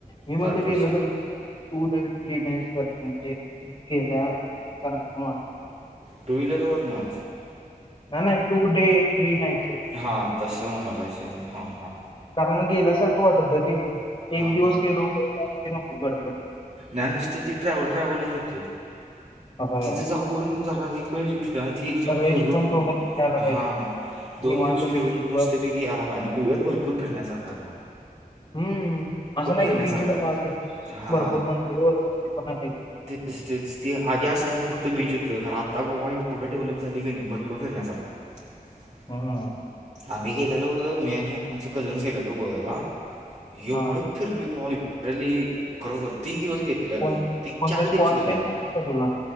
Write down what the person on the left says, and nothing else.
मी म्हणत
गेलं तर <unintelligible> टू नाइट थ्री नाइट सारख म्हणजे गेल्या सारख पण वाटतय.
नाही नाही, टू डे थ्री नाईन
कारण मग गेल्यासारखं वाटत रे,
एक दिवस गेलो <unintelligible> नको बडबड.
होय
रेस्ट
पण थोडं पण घ्यायला
पाहिजे म्हणाय.
निवांत
बीचीस वर
हम्म, असं नाही
की बीचच
<unintelligible>
भरपूर मंदिर वगैरे पण आहेत.
हा
हा
कोण
कोणते
स्पॉट
ते माहिती का तुला